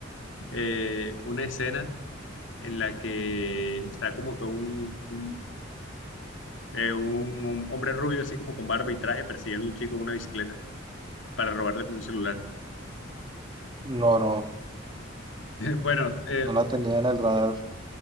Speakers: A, on the left (about 70°); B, on the right (about 25°).
A: <laughs> eh, una escena en la que está como que un, un, eh, un- un hombre rubio, así como con barba y traje, persiguiendo a un chico en una bicicleta para robarle como un celular.
B: No, no.
A: <laughs> Bueno, eh,
B: No la tenía en el radar.